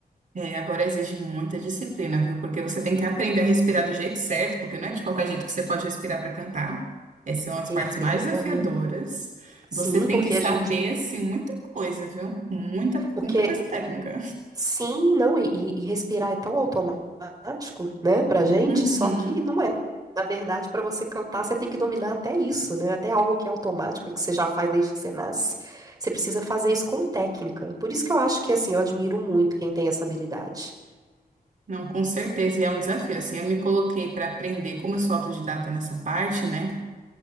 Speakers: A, on the right; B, on the right.
A: É, agora exige muita disciplina, viu? Porque você tem que aprender a respirar do jeito certo, porque não é de qualquer jeito que você pode respirar para cantar. Essa é uma das
B: Perfe...
A: partes mais
B: Olha,
A: desafiadoras.
B: Sim,
A: Você tem
B: porque
A: que saber,
B: a gente.
A: assim, muita coisa, viu? Muita,
B: Porque
A: muita coisa técnica.
B: sim, não, e, e- e respirar é tão automático, né, pra gente,
A: Uhum.
B: só que não é. Na verdade, para você cantar, você tem que dominar até isso, né? Até algo que é automático, que você já faz desde que você nasce. Você precisa fazer isso com técnica. Por isso que eu acho que, assim, eu admiro muito quem tem essa habilidade.
A: Não, com certeza, e é um desafio. Assim, eu me coloquei para aprender, como eu sou autodidata nessa parte, né?